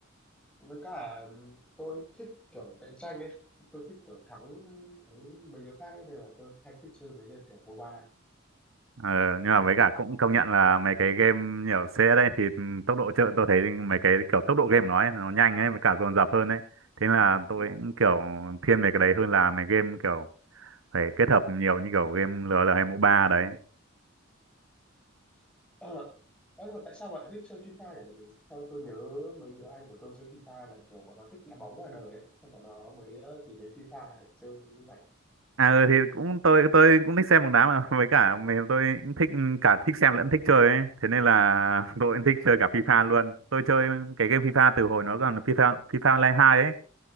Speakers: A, in the centre; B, on the right.
A: với cả tôi thích kiểu cạnh tranh ấy tôi thích kiểu thắng thắng mấy đứa khác ấy nên là tôi hay thích chơi mấy game kiểu MOBA
B: Ờ,
A: Ờ,
B: nhưng mà với cả cũng công nhận là mấy cái game nhiều xe đây thì ừm, tốc độ chơi tôi thấy mấy cái kiểu tốc độ game của nó ấy, nó nhanh ấy với cả dồn dập hơn ấy thế là tôi
A: đúng không
B: cũng kiểu thiên về cái đấy hơn là mấy game kiểu phải kết hợp nhiều như kiểu game LOL hay MOBA đấy
A: <clears throat> ờ Ơ, nhưng mà tại sao bạn lại thích chơi FIFA nhỉ sao tôi nhớ mấy đứa anh của tôi chơi FIFA là kiểu bọn nó thích đá bóng ngoài đời ấy xong bọn nó mới ờ, tìm đến FIFA để chơi lúc rảnh
B: à ừ, thì cũng tôi tôi cũng thích xem bóng đá mà <laughs> với cả mình tôi cũng thích ừ, cả thích xem lẫn thích chơi ấy thế nên là <laughs> tôi cũng thích chơi cả FIFA luôn tôi chơi cái game FIFA từ hồi nó còn FIFA FIFA Online 2 ấy